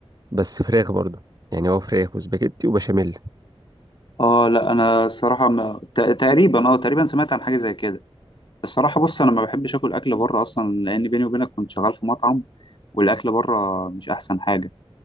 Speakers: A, on the right; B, on the left.
A: بس فراخ برضو يعني هو فراخ وسباجيتي وبشاميل
B: اه لا انا الصراحة ما... ت- تقريبا اه تقريبا سمعت عن حاجة زي كده الصراحة بص انا ما بحبش اكل اكل بره اصلا لان بيني وبينك كنت شغال في مطعم والاكل بره مش احسن حاجة